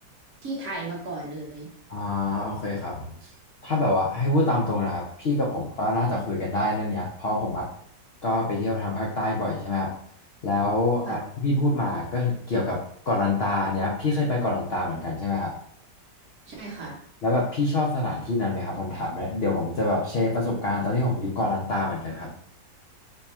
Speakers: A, on the right; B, on the left.
A: ที่ไทยมาก่อนเลย
B: อ่าโอเคครับถ้าแบบว่าให้พูดตามตรงนะครับพี่กับผมก็น่าจะคุยกันได้เรื่องเนี้ยเพราะผมอ่ะก็ไปเที่ยวทางภาคใต้บ่อยใช่ไหมครับแล้วอ่าที่พี่พูดมาก็เกี่ยวกับเกาะลันตาอันเนี้ยพี่เคยไปเกาะลันตาเหมือนกันใช่ไหมครับ
A: ค่ะใช่ค่ะ
B: แล้วแบบพี่ชอบสถานที่นั้นไหมครับผมถามแล้วเดี๋ยวผมจะแบบแชร์ประสบการณ์ตอนที่ผมอยู่เกาะลันตาเหมือนกันครับ